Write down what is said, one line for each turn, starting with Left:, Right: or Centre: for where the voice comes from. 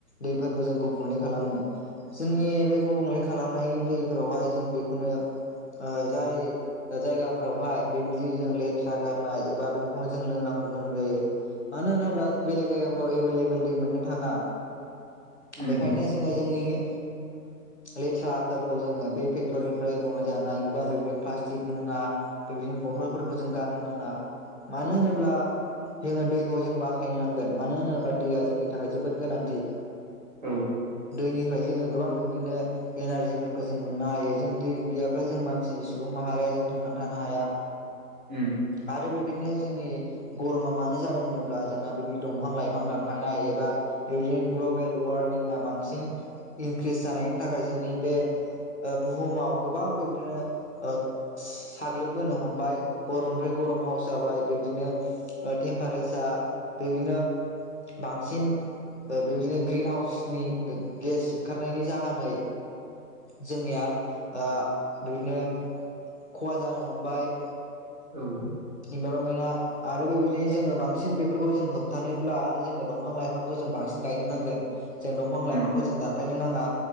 Left: दैफोरखौ जों गुबुंले खालामो जोंनि बे गुबुंले खालामनाय दै फोरावहाय जों बेखौनो ओ जाय जायगाफ्रावहाय बेबायदि जों लेथ्रा गारनाय बा बेफोरखौनो जों लोंनांगौ गोनां जायो मानो होनोब्ला बेलेग जायगाफ्राव जों ऐबेलेबोल दै मोननो थाङा
Right: उम
Left: बेखायनो जोङो जोंनि ओ लेथ्राफोरखौ जोङो बे फेक्ट'रिनिफ्राय बहनजानाय गोबां बेदिनो प्लास्टिक मुवा बेबायदिनो बथलफोरखौ जों गारनो नाङा मानो होनोब्ला‌ जोङो दैखौ जों बासायनो नांगोन मानो होनोब्ला दैया जोंनि थाखाय जोबोद गोनांथि।
Right: औ
Left: दैनिफ्रायसो जों गोबां बिबदिनो एनारजिफोरखौ जों मोननो हायो जों दै गैयाब्ला जों मानसि सुबुं माहारिया जों थांनानै थानो हाया
Right: उम
Left: आरो बेबायदिनो जोंनि गरमा मानो जादों होनोब्ला जोंहा बेबायदि दंफां लाइफां दानफायनाय एबा बेबायदिनो ग्लबेल वार्मिंआ बांसिन इनक्रिस जानायनि थाखाय जोंनि बे बुहुमाव गोबां बेबदिनो साग्लोबबोनो हमबाय गरमनिफ्राय गरम हाव जाबाय बेबायदिनो टेम्पारेचार बेबायदिनो बांसिन बेबायदिनो ग्रिन हाउसनि गेस ओंखारनायनि जाहोनै जोंनिया ओ बिदिनो खहा जानो हमबाय।
Right: औ
Left: बाराव माया आरो बेबायदिनो जोङो बांसिन बेफोरखौ जों होबथानोब्ला जोङो दंफां लाइफांखौ जों बांसिन गायनो नांगोन। जों दंफां
Right: उम
Left: लाइफांखौ जों दान फायनो नाङा